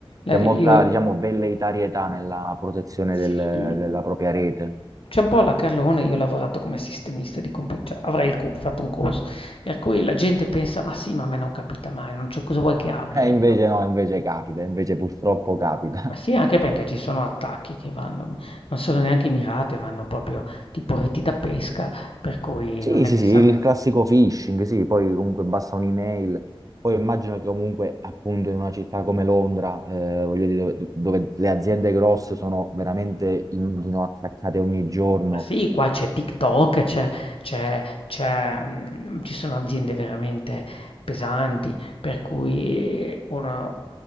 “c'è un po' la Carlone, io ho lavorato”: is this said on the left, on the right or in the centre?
Left